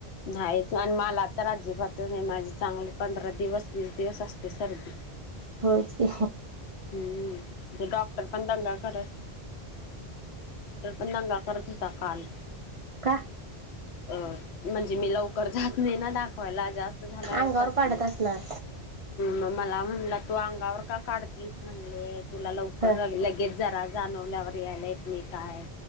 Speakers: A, on the left; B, on the right.
A: नाहीच आणि मला तर अजिबातच नाही माझी चांगली पंधरा दिवस वीस दिवस असते सर्दी
B: होच कि
A: हम्म ते डॉक्टर पण दंगा करत पण दंगा कर दिता काल
B: का.
A: अ म्हणजे मी लवकर जात नाही ना दाखवायला जास्त झाल्यावर
B: अंगावर
A: जातोय
B: काढत असणार
A: म मला म्हणला तू अंगावर का काढतीस म्हणले तुला लवकर
B: ह
A: लगेच जरा जाणवल्यावर येत नाही काय.